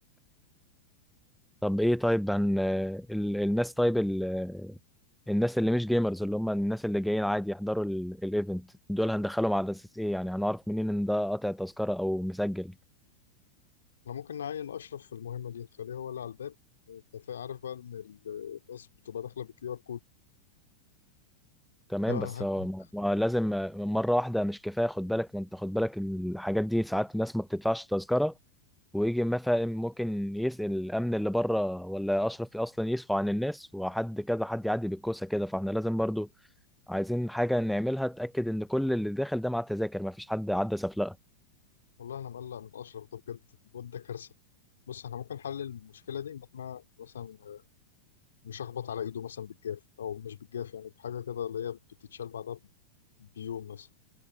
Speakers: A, in the centre; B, on the left.
A: طب ايه طيب هن ال... الناس طيب ال... الناس اللي مش جيمرز اللي هم الناس اللي جايين عادي يحضروا ال... الايفنت دول هندخلهم على اساس ايه يعني هنعرف منين ان ده قاطع تذكره او مسجل
B: احنا ممكن نعين اشرف في المهمه دي نخليه هو اللي على الباب انت فا- عارف بقى ان ال- الناس بتبقى داخله بكيو ار
A: تمام
B: كود
A: بس هو ما ما لازم مرة واحدة مش كفاية خد بالك ما انت خد بالك الحاجات دي ساعات الناس ما بتدفعش تذكرة ويجي مثلا ممكن يسأل الأمن اللي بره ولا أشرف أصلا يسهو عن الناس وحد كذا حد يعدي بالكوسة كده فاحنا لازم برضو عايزين حاجة نعملها تأكد إن كل اللي داخل ده مع التذاكر ما فيش حد عدى سفلقة
B: والله انا مقلق من اشرف ده بجد الواد ده كارثه بص احنا ممكن نحل المشكله دي ان احنا مثلا نشخبط على ايده مثلا بالجاف او مش بالجاف يعني بحاجه كده اللي هي بتتشال بعدها بيوم مثلا